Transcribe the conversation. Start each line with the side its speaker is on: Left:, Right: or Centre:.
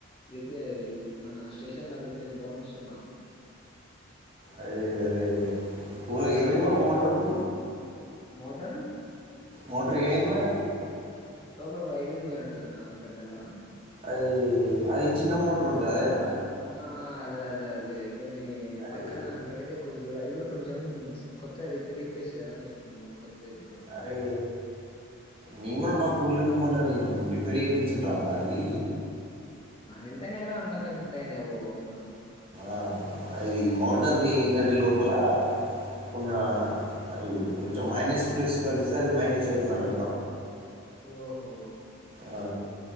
Left: రిపేర్ మన స్టేషన్ లో రిపేర్ ఇద్దాం అని చూస్తున్నా
Right: అదే అదే అదే <unintelligible> ఏమైంది మా మోటార్కు
Left: మోటా
Right: మోటర్ ఏంమేం పోయే
Left: లోపట వైరింగ్ పోయి నట్టుందినా గడ్డలా
Right: అది అది చిన్న మోటర్ ఉంటది అదేనా
Left: ఆ ఆ అదే అదే అదే కొన్ని
Right: అరే
Left: పక్కన గడ్డి లేకుం అది కూడా కొంచెం కొత్తగ రిప్ రీప్లేస్ చేయాలని చూస్తున్నాం మళ్ళ కొత్తది ఎపి
Right: అరే నేను కూడా మా కూలర్ది మొన్న నేను రిపేర్ చేపిచ్చిన నా అది
Left: ఎంతైనాయి అన్న అందదా గింత అయినాయ ఓ అవునా
Right: ఆ అది మోటర్ది ఏందంటే లోపల కొన్న అటు కొంచెం మైనస్ ప్లస్ కలిస్తే అది మైనస్ అవుతుందింట
Left: ఓహో
Right: ఆ